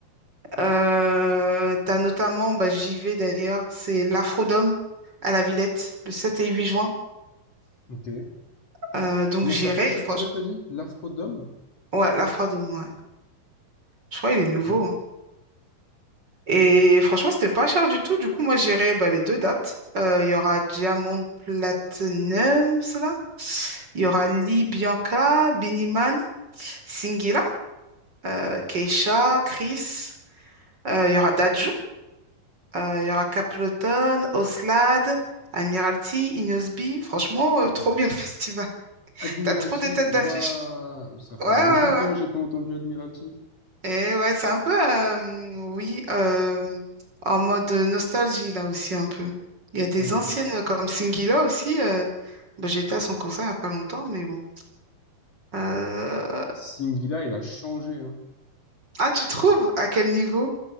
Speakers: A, on the right; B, on the left.
A: Euh, tu as notamment, bah, j'y vais d'ailleurs, c'est l'Afrodome à la Villette, le 7 et 8 juin.
B: Ok.
A: Euh, donc
B: Comment
A: j'irai,
B: ça s'appelle le festival,
A: franchement.
B: t'as dit? L'Afrodome?
A: Ouais, l'Afrodome, ouais. Je crois qu'il est nouveau.
B: Ok.
A: hein. Et franchement, c'était pas cher du tout. Du coup, moi, j'irai bah, les deux dates. Euh, Il y aura Diamond Platinums, là. Il y aura Lee Bianca, Biniman, Singila, euh, Keisha, Chris. Euh, Il y aura Dadju. Euh, Il y aura Capleton, Oslad, Admiralty, Inosby. Franchement, euh, trop bien le festival. <laughs>
B: Admiralty,
A: T'as trop de têtes
B: ouah,
A: d'affiche.
B: ça fait
A: Ouais, ouais,
B: longtemps
A: ouais.
B: que j'ai pas entendu Admiralty.
A: Et ouais, c'est un peu, euh, oui, euh, en mode nostalgie là aussi un peu. Il y a
B: Ouais.
A: des anciennes euh, comme Singila aussi. Euh, bah, j'étais à son concert il n'y a pas longtemps, mais bon. Euh,
B: Singila, il a changé, hein.
A: Ah, tu trouves? À quel niveau?